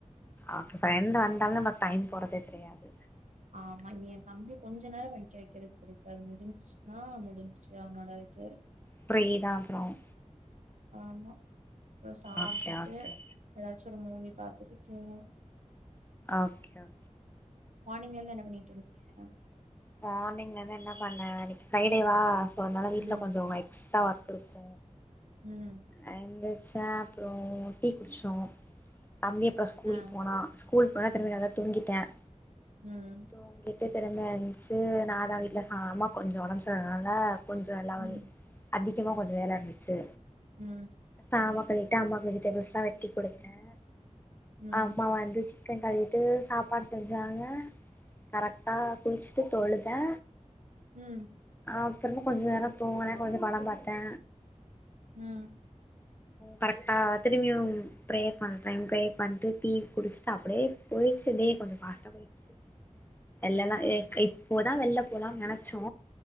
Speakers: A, on the left; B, on the right.
A: ஆகே ப்ரெண்டு் வந்தாலும் நம்மளுக்கு டைம் போறதே தெரியாது
B: ஆமா நீ என் தம்பி கொஞ்சம் நேரம் படிக்க வைக்கிறதுக்கு இருக்கு அது முடிஞ்சின்னா முடிஞ்ச்சி அவனோட இது
A: ஃப்ரீ தான் அப்புறோம்
B: ஆமா அப்புறம் சாப்ட்டுட்டு
A: ஓகே ஓகே
B: எதாச்சி ஒரு மூவி பாத்துட்டு தூங்கனும்
A: ஓகே ஓ
B: மார்னிங்ல இருந்து என்ன பண்ணிட்டு இருந்தீங்க
A: மார்னிங்ல இருந்து என்ன பண்ணன் இன்னைக்கு ஃப்ரைடேவா சோ அதனால வீட்ல
B: ம்
A: கொஞ்சமா எக்ஸ்ட்ரா ஒர்க் இருக்கும்
B: ம்
A: எந்திரிச்சன் அப்புறம் டீ குடிச்சோம் தம்பி அப்புறம் ஸ்கூல்
B: ஆ
A: போனா ஸ்கூல் போனா திரும்பி நல்லா தூங்கிட்டேன்
B: ம்
A: தூங்கிட்டு திரும்ப எண்ச்சி நா தா வீட்ல ச அம்மாக்கு கொஞ்சோ ஒடம் சரினால கொஞ்சோ எல்லா
B: ம்
A: வேலையு அதிகமா கொஞ்ச வேல இருந்துச்சி
B: ம்
A: சாமா கலிவிட்டு அம்மாக்கு வெஜிடெபிள்ஸ்லாம் வெட்டி குடுத்தன்
B: ம் ம்
A: அம்மா வந்து கன் கழிவிட்டு சாப்பாடு செஞ்சாங்க கரெக்ட்டா குளிச்சிட்டு தொழுத
B: ம்
A: அப்புறமா கொஞ்ச நேர தூங்கனே கொஞ்ச படம் பாத்தே
B: ம்
A: கரெக்ட்டா திரும்பியு ஃப்ரே பண்ற ஃப்ரே பண்ணிட்டு டீ குடிச்சுட்டு அப்டே போயிச்சி டே கொஞ்ச பாஸ்ட்டா போயி ச்சி எல்லல்லா
B: ம்
A: எக் இப்போதா வெள்ல போலானு நெனச்சோ